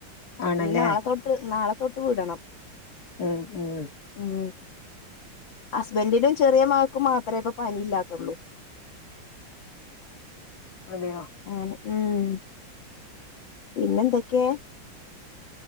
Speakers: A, on the left; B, on the left.
A: ആണല്ലേ
B: ഇനി നാളെത്തോട്ട് നാളെത്തോട്ട് വിടണം
A: ഉം ഉം
B: ഉം ഹസ്ബൻഡിനും ചെറ്യ മകൾക്കും മാത്രമേപ്പ പനിയില്ലാത്തുള്ളൂ
A: അതയോ
B: അങ്ങനെ ഉം പിന്നെ എന്തൊക്കെ